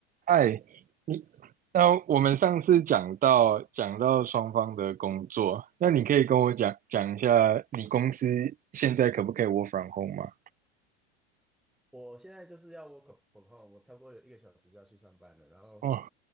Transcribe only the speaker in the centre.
我现在就是要 work from home，我超过一个小时就要去上班了。然后